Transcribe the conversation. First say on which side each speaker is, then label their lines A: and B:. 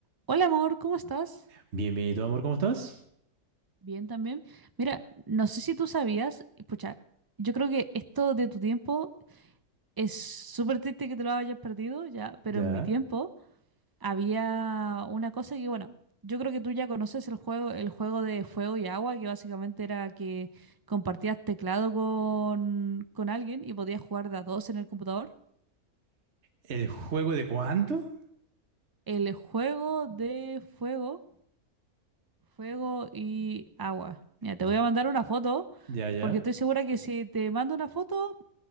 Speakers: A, on the right; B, on the right.
A: Hola amor, ¿cómo estás?
B: Bienvenido, amor, ¿cómo estás?
A: Bien también. Mira, no sé si tú sabías, y pucha, yo creo que esto de tu tiempo es súper triste que te lo hayas perdido ya, pero
B: Ya.
A: en mi tiempo había una cosa que, bueno, yo creo que tú ya conoces el juego, el juego de fuego y agua, que básicamente era que compartías teclado con, con alguien y podías jugar de a dos en el computador.
B: ¿El juego de cuánto?
A: El juego de fuego Fuego y agua. Mira, te
B: No.
A: voy a mandar una foto
B: Ya, ya.
A: porque estoy segura que si te mando una foto,